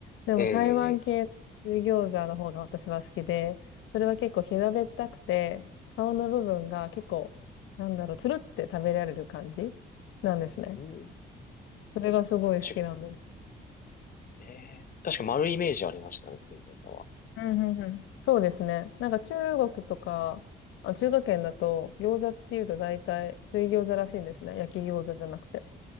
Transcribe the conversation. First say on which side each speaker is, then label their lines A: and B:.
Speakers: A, on the left (about 85°); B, on the left (about 45°).
A: でも台湾系の水餃子の方が私は好きで、
B: ええ
A: それは結構平べったくて、顔の部分が結構、なんだろう、つるって食べられる感じなんですね。
B: ー、うん、
A: それがすごい好きなんです。
B: ち、ええー、確か丸いイメージありましたね、水餃子は。
A: うんうんうん。そうですね。なんか中国とか、あ、中華圏だと餃子っていうと大体水餃子らしいんですね。焼き餃子じゃなくて。